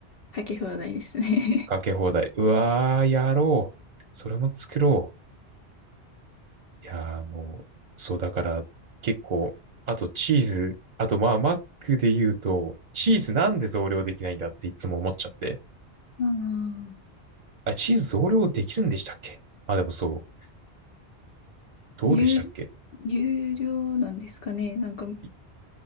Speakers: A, on the left; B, on the right.
A: かけ放題ですね。
B: かけ放題。うわー、やろう。それも作ろう。いやー、もう、そう、だから、結構、あとチーズ、あと、まあ、マックで言うと、チーズなんで増量できないんだっていつも思っちゃって。
A: ああ、
B: あ、チーズ増量できるんでしたっけあ、でもそう。どうでしたっけ
A: 有、有料なんですかね。なんか、
B: い